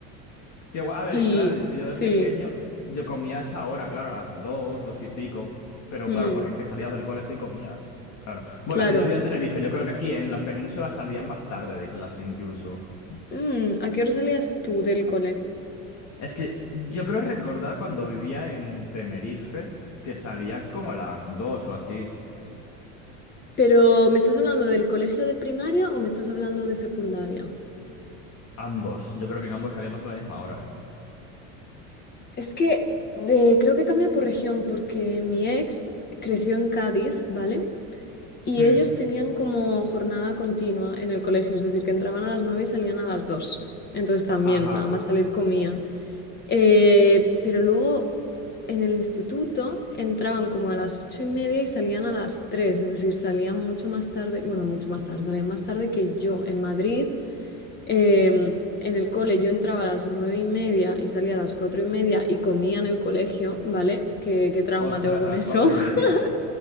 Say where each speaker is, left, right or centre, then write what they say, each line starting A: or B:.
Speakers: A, on the left; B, on the left.
A: qué guay. A ver,
B: Y
A: claro, es que yo
B: sí,
A: de pequeño, yo comía a esa hora, claro, a las dos, dos y pico. Pero
B: mm,
A: claro, porque es que salías del colegio y comías. Claro. Bueno,
B: claro.
A: es que yo vivía en Tenerife. Yo creo que aquí en la península salían más tarde de clase incluso.
B: Mm, ¿a qué hora salías tú del cole?
A: Es que yo creo recordar cuando vivía en Tenerife que salía como a las dos o así.
B: Pero, ¿me estás hablando del colegio de primaria o me estás hablando de secundaria?
A: Ambos. Yo creo que en ambos salíamos a la misma hora, ¿eh?
B: Es que eh, creo que cambia por región porque mi ex creció en Cádiz, ¿vale? Y
A: Mm,
B: ellos tenían como jornada continua en el colegio, es decir, que entraban a las 9 y salían a las 2. Entonces también,
A: Ajá.
B: nada más salir comían. Eh, pero luego en el instituto entraban como a las ocho y media y salían a las tres, es decir, salían mucho más tarde, bueno, mucho más tarde, salían más tarde que yo en Madrid. em, en el cole yo entraba a las nueve y media y salía a las cuatro y media y comía en el colegio, ¿vale? ¿Qué, qué trauma
A: Ostras,
B: tengo con
A: a las
B: eso?
A: cuatro y
B: <laughs>
A: media.